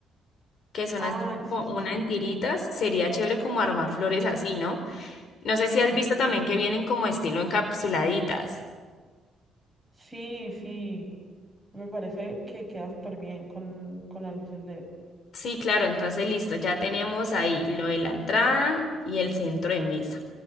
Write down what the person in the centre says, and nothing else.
Ay,
sí,
sí,
sí.
Sí,
sí,
sí,
sí.
Sí, sí. Me parece que queda súper bien con, con las luces LED.